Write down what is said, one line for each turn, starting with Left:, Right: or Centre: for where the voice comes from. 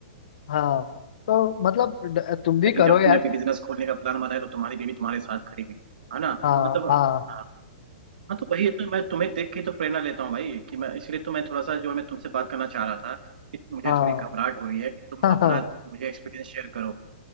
Left: हाँ तो मतलब ड- तुम भी
Right: लेकिन
Left: करो
Right: जब
Left: यार
Right: तुमने भी बिजनेस खोलने का प्लान बनाया तो तुम्हारी बीवी तुम्हारे साथ खड़ी हुई है ना हाँ,
Left: हाँ
Right: मतलब
Left: हाँ
Right: हाँ हाँ, तो वही है तो मैं तुम्हें देख के तो प्रेरणा लेता हूँ भाई कि मैं इसलिए तो मैं थोड़ा सा जो मैं तुमसे बात करना चाह रहा था कि मुझे
Left: हाँ
Right: थोड़ी घबराहट हो रही है कि तुम
Left: <laughs> हाँ
Right: अपना
Left: हाँ
Right: मुझे एक्सपीरियंस शेयर करो